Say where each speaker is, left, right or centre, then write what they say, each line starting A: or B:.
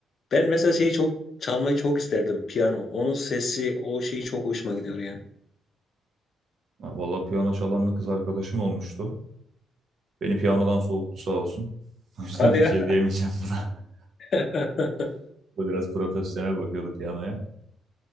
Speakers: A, on the left (about 50°); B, on the right (about 60°).
A: Ben mesela şeyi çok çalmayı çok isterdim. Piyano. Onun sesi, o şeyi çok hoşuma gidiyor yani.
B: Ha, Vallahi piyano çalan bir kız arkadaşım olmuştu. Beni piyanodan soğuttu sağ olsun. <laughs> O yüzden
A: Hadi ya.
B: bir şey diyemeyeceğim buna.
A: <laughs>
B: <laughs> O da biraz profesyonel bakıyordu piyanoya.